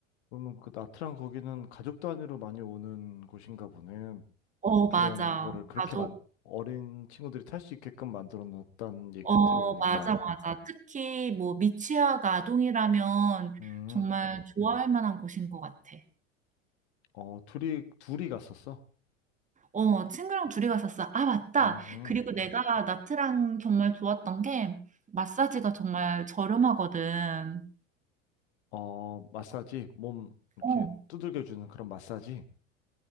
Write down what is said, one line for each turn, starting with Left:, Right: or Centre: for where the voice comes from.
Left: 그러면 그 나트랑 거기는 가족 단위로 많이 오는 곳인가 보네.
Right: 어,
Left: 그런
Right: 맞아.
Left: 거를 그렇게
Right: 가족,
Left: 만, 어린 친구들이 탈 수 있게끔 만들어 놨다는 얘기를
Right: 어,
Left: 들어보니까.
Right: 맞아, 맞아. 특히 뭐 미취학 아동이라면
Left: 음,
Right: 정말 좋아할 만한 곳인 것 같아.
Left: 어, 둘이, 둘이 갔었어.
Right: 어, 친구랑 둘이 갔었어. 아, 맞다.
Left: 음,
Right: 그리고 내가 나트랑 정말 좋았던 게 마사지가 정말 저렴하거든.
Left: 어, 마사지, 몸 이렇게
Right: 어,
Left: 두들겨주는 그런 마사지.